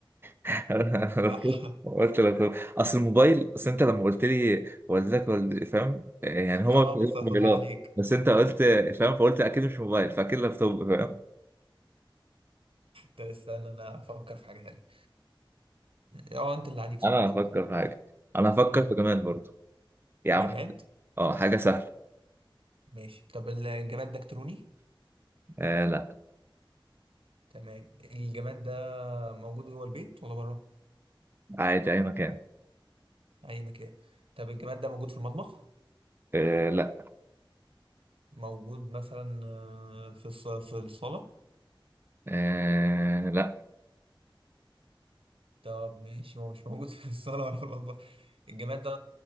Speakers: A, on the right (about 25°); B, on the right (about 80°).
A: <laughs> انا
B: <laughs>
A: أنا
B: صح
A: قلت لك اصل الموبايل اصل انت لما قلت لي والدتك والد فاهم يعني هما
B: اه
A: مش بيجيبوا
B: بسطتها
A: موبايلات
B: عليك
A: بس انت قلت فاهم فقلت اكيد مش موبايل فاكيد لابتوب فاهم
B: طب استنى انا افكر في حاجة تانية اه آه، أنت اللي عليك صح
A: انا
B: دول
A: هفكر في حاجه انا هفكر
B: مم.
A: في كمان برضه يا عم
B: جماد
A: اه حاجه سهله
B: ماشي طب الجماد ده إلكتروني
A: آه لا
B: تمام الجماد ده موجود جوه البيت ولا بره
A: عادي اي مكان
B: أي مكان طب الجماد ده موجود في المطبخ
A: آه لا
B: موجود مثلا آه، في الص- في الصالة
A: آه لا
B: طب ماشي هو مش موجود <laughs> في الصالة ولا في المطبخ الجماد ده